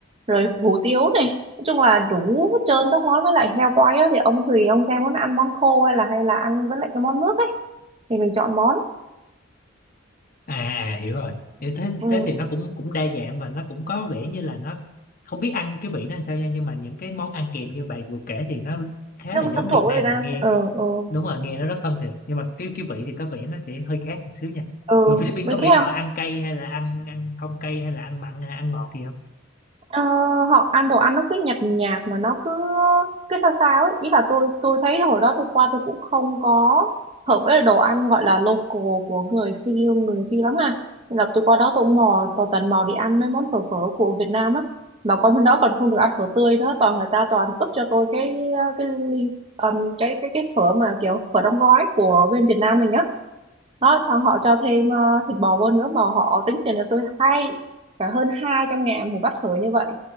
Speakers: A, on the right (about 30°); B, on the left (about 45°).
A: rồi hủ tiếu này nói chung là đủ hết trơn các món với lại heo quay á thì ông tùy ông xem muốn ăn món khô hay là hay là ăn với lại cái món nước ấy thì mình chọn món
B: à à, hiểu rồi thế thế
A: ừ
B: thế thì nó cũng cũng đa dạng và nó cũng có vẻ như là nó không biết ăn cái vị nó làm sao nha nhưng mà những cái món ăn kèm như bạn vừa kể thì nó khá
A: nó
B: là
A: cũng
B: giống
A: thân
B: Việt
A: thuộc với
B: Nam
A: Việt Nam
B: nha nghe
A: ừ ừ
B: đúng rồi nghe nó rất thân thiện nhưng mà cái cái vị thì có vẻ nó sẽ hơi khác một xíu nha
A: ừ
B: người Philippines
A: mấy
B: có vẻ
A: cái heo
B: họ ăn cay hay là ăn ăn không cay hay là ăn mặn hay ăn ngọt gì
A: Ờ, họ ăn đồ ăn nó cứ nhạt nhạt mà nó cứ cứ sao sao ấy ý là tôi tôi thấy hồi đó tôi qua tôi cũng không có hợp với đồ ăn gọi là local của người Phi người Phi lắm à nên là tôi qua đó tôi cũng mò tôi tần mò đi ăn mấy món phở phở của Việt Nam á mà qua bên đó còn không được ăn phở tươi nữa toàn người ta toàn ướp cho tôi cái cái ly ừm, cái cái cái phở mà kiểu phở đóng gói của bên Việt Nam mình á đó xong họ cho thêm ờ, thịt bò vô nữa mà họ tính tiền cho tôi hai cả hơn hai trăm ngàn một bát phở như vậy